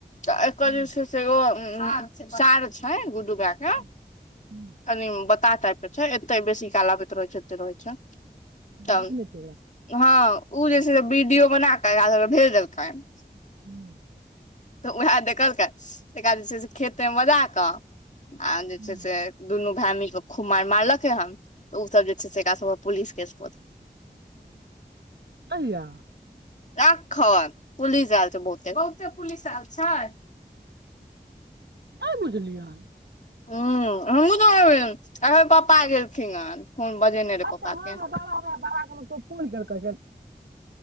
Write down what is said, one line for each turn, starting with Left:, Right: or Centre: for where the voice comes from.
Left: त एकर
Right: हुँ
Left: जे छै से ओ सार छै गुडु भैया के
Right: <inaudible>
Left: कनि बता के छै एते बेसी काल आबैत रहै छै एते रहै छै। तऽ
Right: देखने छी ओकरा
Left: हँ उ जे छै से बीडियो बना कऽ हिनका सब के भेज देलकनि
Right: हूं
Left: तऽ उएह देखलकै एकरा जे छै से खेतमे बजा कऽ आ जे
Right: हुँ
Left: छै से दुनू भाय मिल खूब मार मारलकै हन त ओ सभ जे छै से एकरा सभ पुलिस केस प
Right: कहिया
Left: राखऽन पुलिस आल छै बहुते बहुते पुलिस आयल छै
Right: नहि बुझलियन
Left: ह हमहुँ अ जा <unintelligible> हए पप्पा गेलखिन हँ हुन बजेने रहे
Right: अच्छा
Left: पप्पा के
Right: हँ बाबा हमरा बहा क तोर देलकै गै